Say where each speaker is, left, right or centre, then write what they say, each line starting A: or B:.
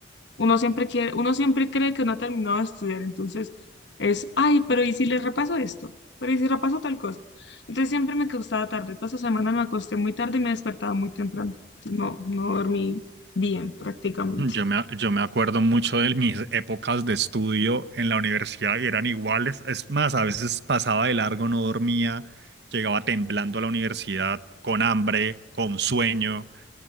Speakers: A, on the left (about 65°); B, on the right (about 60°).
A: Uno siempre quiere, uno siempre cree que no ha terminado de estudiar, entonces es, ay, pero ¿y si les repaso esto? Pero ¿y si repaso tal cosa? Entonces siempre me acostaba tarde. Toda esa semana me acosté muy tarde y me despertaba muy temprano. Entonces, no, no dormí bien prácticamente.
B: <laughs> Yo me, yo me acuerdo mucho de mis épocas de estudio en la universidad y eran iguales. Es más, a veces pasaba de largo, no dormía, llegaba temblando a la universidad con hambre, con sueño.